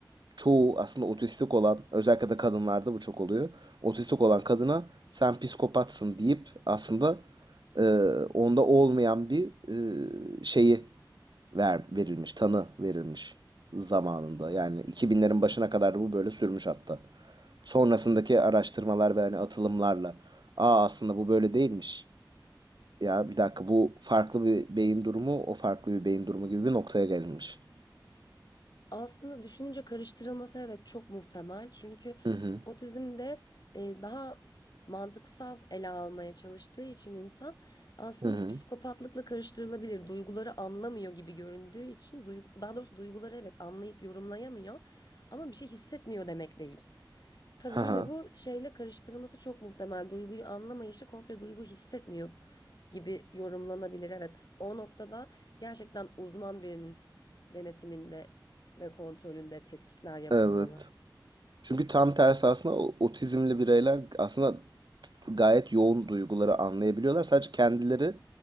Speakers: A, on the right; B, on the left.
A: çoğu aslında otistik olan özellikle de kadınlarda bu çok oluyor. Otistik olan kadına sen psikopatsın deyip aslında e, onda olmayan bir e, şeyi ver, verilmiş, tanı verilmiş zamanında. Yani 2000'lerin başına kadar da bu böyle sürmüş hatta. Sonrasındaki araştırmalar ve hani atılımlarla aa aslında bu böyle değilmiş. Ya bir dakika bu farklı bir beyin durumu, o farklı bir beyin durumu gibi bir noktaya gelinmiş.
B: Aslında düşününce karıştırılması evet çok muhtemel. Çünkü
A: Hı hı.
B: otizmde e, daha mantıksal ele almaya çalıştığı için insan aslında
A: Hı hı.
B: psikopatlıkla karıştırılabilir. Duyguları anlamıyor gibi göründüğü için duygu- daha doğrusu duyguları evet anlayıp yorumlayamıyor ama bir şey hissetmiyor demek değil. Tabii
A: Hı hı.
B: yine bu şeyle karıştırılması çok muhtemel. Duyguyu anlamayışı komple duygu hissetmiyor gibi yorumlanabilir. Evet, o noktada gerçekten uzman birinin denetiminde ve kontrolünde tetkikler yapılmalı.
A: Evet. Çünkü tam tersi aslında o- otizmli bireyler aslında gayet yoğun duyguları anlayabiliyorlar. Sadece kendileri